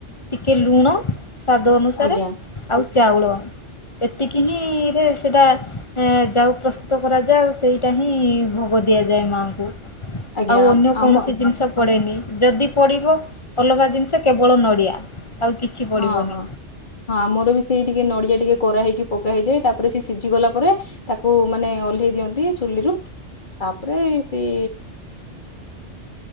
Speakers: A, on the left (about 25°); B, on the left (about 40°).
A: ଟିକେ ଲୁଣ। ସ୍ଵାଦ ଅନୁସାରେ
B: ଆଜ୍ଞା
A: ଆଉ ଚାଉଳ। ଏତିକି ହିଁରେ ସେଇଟା ଯାଉ ପ୍ରସ୍ତୁତ କରାଯାଏ ସେଇ ଟା ହିଁ ଭୋଗ ଦିଆଯାଏ ମାଙ୍କୁ
B: ଆଜ୍ଞା
A: ଆଉ ଅନ୍ୟ
B: ଆମ
A: କୌଣସି ଜିନିଷ ପଡ଼େନି ଯଦି ପଡ଼ିବ ଆଲଗା ଜିନିଷ କେବଳ ନଡ଼ିଆ ଆଉ କିଛି ପଡ଼ିବନି
B: ହଁ ହଁ। ହଁ ଆମର ବି ସେଇ ଟିକେ ନଡିଆ ଟିକେ କରା ହେଇକି ପକା ହେଇଯାଏ ତାପରେ ସେ ସିଝି ଗଲା ପରେ ତାକୁ ମାନେ ଓହ୍ଲେଇ ଦିଅନ୍ତି ଚୁଲିରୁ ତାପରେ ସେଇ